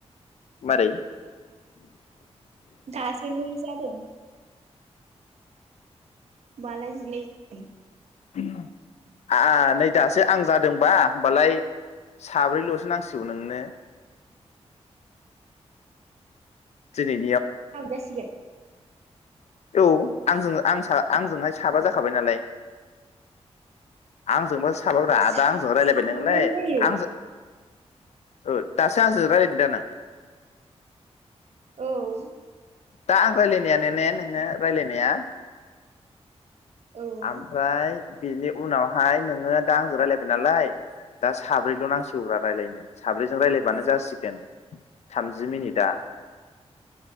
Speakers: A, on the left; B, on the right.
A: मारै।
B: <unintelligible> <unintelligible>
A: <unintelligible> दासो आं जादोंबा होमबालाय साब्रैल'सो नांसिगौ नोंनो। <unintelligible>
B: <unintelligible>
A: औ आंजों आंजोंहाय साबा जाखाबाय नालाय आंजोंबा। साबब्रा
B: साबाबानो
A: दा आंजों रायज्लायबाय नोंलाय
B: जायो
A: आंजों। औ दासो आजों रायलायदों दा नों।
B: औ।
A: दा आं रायलायनायानो ने नोंङो रायलायनाया।
B: औ
A: आमफ्राय बेनि उनावहाय नोङो दा आंजों रायजलायबाय नालाय दा साब्रैल' नांसिगौब्रा रायलायनो साब्रैजों रायलायबानो जासिगोन थामजि मिनिटआ।